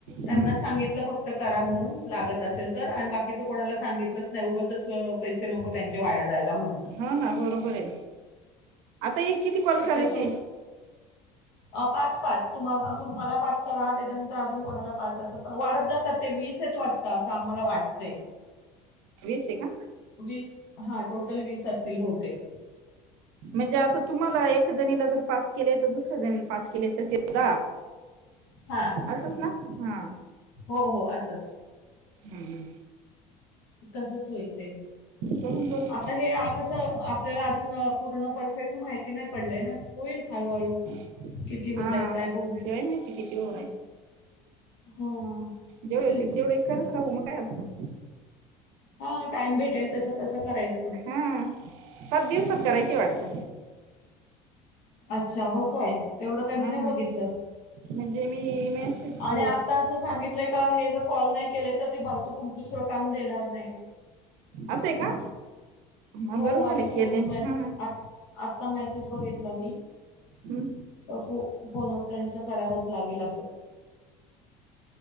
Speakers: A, on the left (about 80°); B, on the right (about 75°).
A: त्यांना
B: हम्म
A: सांगितलं फक्त करा म्हणून लागत असेल तर आणि बाकीच कोणाला सांगितलंच नाही उगच पैसे नको त्यांचे वाया जायला म्हणून
B: हा ना बरोबर आहे आता ये किती कॉल करायचे
A: त्याच्या अ पाच पाच तुम्हाला तुम्हाला पाच करा त्याच्यानंतर अजून कोणाला पाच अस वाढत जातात ते वीस वाटत असं आम्हाला वाटतय
B: वीस आहे का
A: वीस हा टोटल वीस त बहुतेक
B: म्हणजे आता तुम्हाला एक जणी जर पाच केले तर दुसऱ्या जणीला पाच केले तर ते द
A: हा
B: अससंस ना हा
A: हो हो असच
B: हम्म हम्म
A: तसच होईल ते
B: करून बघू
A: आता हे कसं आपल्याला अजून पूर्ण परफेक्ट माहिती नाही पडलाय ना होईल हळूहळू
B: हा
A: किती होत आहेत काय बघू
B: शवाय माहिती कि तेव रा
A: हा
B: जेवढे
A: तेच
B: होतील तेवढे खरंच राहू मग काय आता <unintelligible>
A: हा टाइम भेटेल तस तस करायचं
B: हा सात दिवसात करायची वाटत
A: अच्छा हो काय तेवढं काय मी
B: हा
A: नाही बघितलं
B: म्हणजे मी मेसेज
A: आणि आता असं सांगितलं का हे जर कॉल नाही केले तर ते भाऊ त कुठ दुसरं काम देणार नाही
B: असं आहेय का हा
A: हो
B: बरं झाले
A: असे
B: केले हा
A: मेसेज आ आत्ता मेसेज बघितला मी
B: हम्म.
A: फू फोनोफ्रेंडचं करावंच लागेल असो